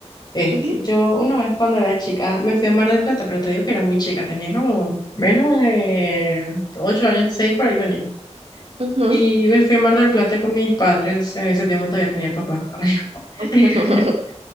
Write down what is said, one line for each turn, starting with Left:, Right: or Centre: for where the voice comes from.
Left: Es
Right: Ujú,
Left: que yo una vez cuando era chica me fui a Mar del Plata, pero te digo que era muy chica, tenía como menos de 8 años, 6 por ahí tenía.
Right: ujú,
Left: Y me fui a Mar del Plata con mis padres, en ese tiempo todavía tenía papá. <laughs>
Right: <laughs>